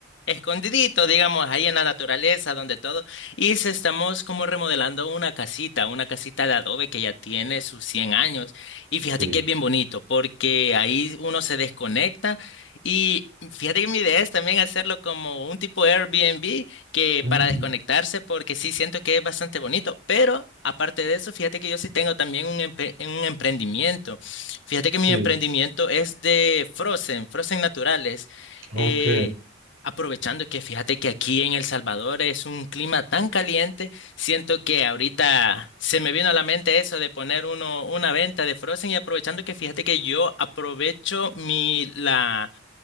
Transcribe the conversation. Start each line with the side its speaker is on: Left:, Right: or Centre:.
Left: escondidito, digamos, ahí en la naturaleza, donde todo, y se estamos como remodelando una casita, una casita de adobe que ya tiene sus 100 años. Y
Right: Sí.
Left: fíjate que es bien bonito, porque ahí uno se desconecta y fíjate que mi idea es también hacerlo como un tipo Airbnb que
Right: Mm,
Left: para desconectarse, porque sí siento que es bastante bonito, pero aparte de eso, fíjate que yo sí tengo también un, empre- un emprendimiento. Fíjate que mi
Right: sí.
Left: emprendimiento es de Frozen, Frozen naturales.
Right: Ok.
Left: Eh, aprovechando que fíjate que aquí en El Salvador es un clima tan caliente, siento que ahorita se me vino a la mente eso de poner uno, una venta de Frozen y aprovechando que fíjate que yo aprovecho mi, la